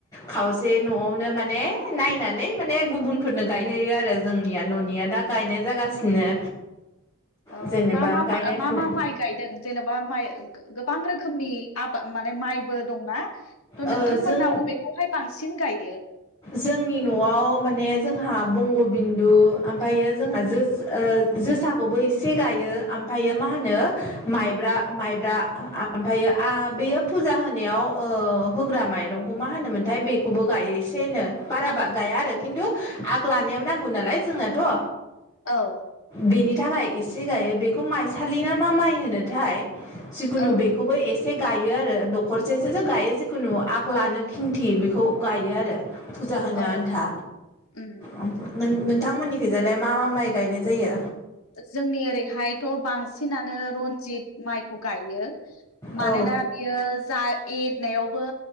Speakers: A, on the left; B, on the left.
A: खावसे नआवनो माने नायनानै माने गुबुनफोरनो गायहोयो आरो जोंनिया ननिया दा गायनाय जागासिनो
B: औ
A: जेनेबा
B: औ मा मा
A: गायनाय
B: मा
A: फुनाय
B: मा माइ गायदों जेनेबा माइ गोबां रोखोमनि आबा माने माइबो दंना थ'
A: ओ
B: नोंथांमोना
A: जों
B: अबेखौहाय बांसिन गायो
A: जोंनि नआव माने जोंहा बंगबिन्दु आमफायो जोंहा जोस ओ जोसाखौबो एसे गायो आम फायो मा होनो माइब्रा माइब्रा आमफायो आ बेयो फुजा होनायाव ओ होग्रा माइरंखौ मा होनोमोनथाय बेखौबो गायो एसेनो बारा बा गाया आरो खिन्थु आगलानाया नांगौ नालाय जोंनाथ ओ
B: औ
A: बेनि थाखाय एसे गायो बेखौ माइसालि ना मा माइ होनोथाय जिखुनु
B: औ
A: बेखौबो एसे गायो आरो दखरसेसोसो गायो जिखुनु आगलानो खिन्थि बेखौ गायो आरो फुजा होनो
B: औ
A: आन्था
B: उम
A: ओम नों नों थां मोननिखैजालाय मा मा माइ गायनाय जायो
B: जोंनि ओरैहायथ' बांसिनानो रनजित माइखौ गायो मानोना
A: औ
B: बियो जा एरनायावबो